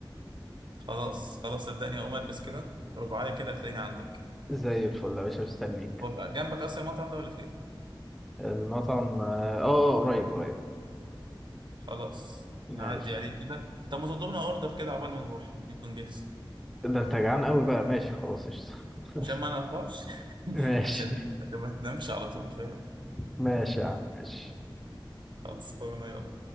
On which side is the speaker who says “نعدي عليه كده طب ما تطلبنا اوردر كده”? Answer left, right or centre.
Right